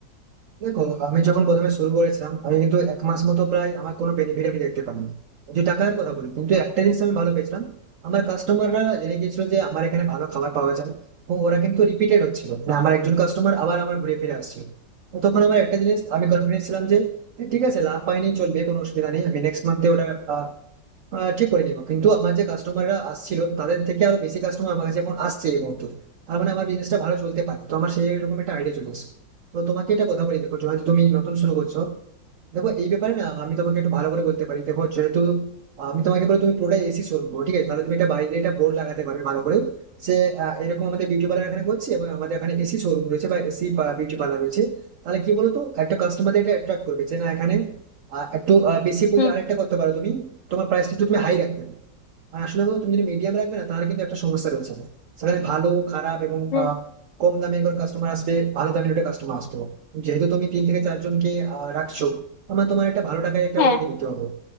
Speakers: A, on the right; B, on the left.
A: দেখো আমি যখন প্রথমে শুরু করেছিলাম আমি কিন্তু এক মাস মতো প্রায় আমার কোনো বেনিফিট আমি দেখতে পাইনি যে টাকার কথা বলি কিন্তু একটা জিনিস আমি ভালো পেয়েছিলাম আমার কাস্টমাররা জেনে গেছিল যে আমার এখানে ভালো খাবার পাওয়া যায় এবং ওরা কিন্তু রিপিটেড হচ্ছিল না আমার একজন কাস্টমার আবার আমার ঘুরে ফিরে আসছিল তো তখন আমার একটা জিনিস আমি কনফিডেন্স ছিলাম যে "এ, ঠিক আছে লাভ পাইনি চলবে কোনো অসুবিধা নেই আমি নেক্সট মান্থে ওটা আহ, আহ, ঠিক করে নিব কিন্তু আমার যে কাস্টমাররা আসছিল তাদের থেকে আরো বেশি কাস্টমার আমার কাছে এখন আসছে এই মুহূর্তে তার মানে আমার বিজনেসটা ভালো চলতে পারে তো আমার সেই রকম একটা আইডিয়া চলে এসেছে তো তোমাকে এটা কথা বলে দেখো যেহেতু তুমি নতুন শুরু করছো দেখো এই ব্যাপারে না আমি তোমাকে একটু ভালো করে বলতে পারি দেখো যেহেতু আমি তোমাকে বলে তুমি পুরোটাই এসি শোরুম করো ঠিক আছে তাহলে তুমি এটা বাইরে এটা বোর্ড লাগাতে পারবে ভালো করে সে আহ, এরকম আমাদের বিউটি পার্লার এখানে করছে এবং আমাদের এখানে এসি শোরুম রয়েছে বা এসি বিউটি পার্লার রয়েছে তাহলে কি বলতো একটা কাস্টমারদের এটা অ্যাট্রাক্ট করবে যে না এখানে আহ, একটু আহ, বেশি পয়সা
B: হুম
A: আরেকটা করতে পারো তুমি তোমার প্রাইসটা একটু তুমি হাই রাখতে পারো আর আসলে তো তুমি যদি মিডিয়াম রাখবে না তাহলে কিন্তু একটা সমস্যা রয়েছে সেখানে ভালো খারাপ এবং
B: হুম
A: আহ, কম দামের কোনো কাস্টমার আসবে ভালো দামের একটা কাস্টমার আসবে যেহেতু তুমি তিন থেকে চারজনকে আহ, রাখছো আমার তোমার একটা ভালো টাকায় একটা
B: হ্যাঁ
A: ওদেরকে দিতে হবে